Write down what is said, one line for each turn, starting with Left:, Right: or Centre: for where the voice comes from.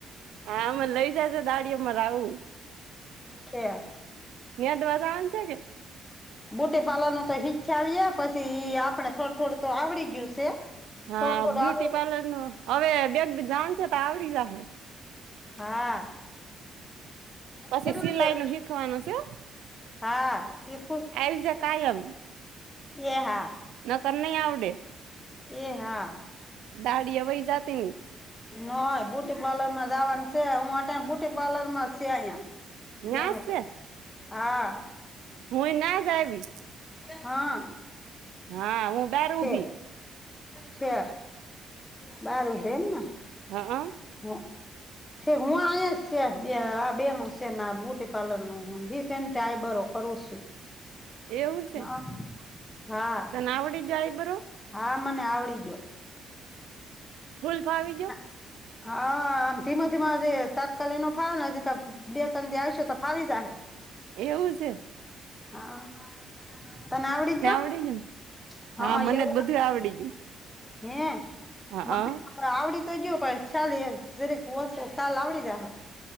Right: હા અમે લઈ જાયજ દાળી અમાર આવું.
Left: કે <unintelligible>
Right: ન્યા દવા જવાનું છે કે
Left: બુટી પાલવાનું તો ઈચ્છા આવી પછી એ આપડે થોડું થોડું તો આવડી ગયું છે.
Right: હા
Left: થોડું થોડું
Right: બ્યુટી
Left: આવડી
Right: પાર્લર નું હવે બે જાણ છે તો આવડી જ હે.
Left: હા.
Right: પછી
Left: કેટલું
Right: સિલાઈ
Left: છે
Right: નું શીખવાનું છે હા.
Left: હા શ
Right: આવી જા કાયમ.
Left: એ હા.
Right: ન કર ની આવડે.
Left: એ હા
Right: દાડિયે વઈ જ તે
Left: ન હોય બૂટીપાર્લર માં જવાનું છે હું અત્યારે બૂયુટીપાર્લરમાં છે અહીંયા.
Right: ન્યાસ
Left: બેનું
Right: છે
Left: હા.
Right: હું યે ના જ આવીશ.
Left: હા.
Right: હા હું બાર ઊભી
Left: છે છે બારું ઊભી એમન.
Right: હા
Left: હા. છે હું આહીંયા છે બે આ બેનું છે ને આ મોટી પાર્લરનું હિકે નું આઈ બરો. કરો છું.
Right: એવું છે
Left: હા. હા
Right: તને આવડી જાય આઇબ્રો.
Left: હા મને આવડી ગીયો.
Right: ફૂલ ફાવી ગીયુ.
Left: <inaudible> હા આમ ધીમા-ધીમા આજે તાત્કાલિક ન ફાવેને તો બે તન જઈશું ને તો ફાવી જાહે.
Right: એવું છે
Left: હા તને આવડી ગયું?
Right: પડી ગયું <unintelligible>
Left: હા એવું
Right: મને જ બધું
Left: આવડી
Right: ગયું
Left: ગયું હે.
Right: હા
Left: મને
Right: આ.
Left: આવડી તો ગીયુ પણ ચાલી એમ જરીક ઓછું કાલ આવડી જાહે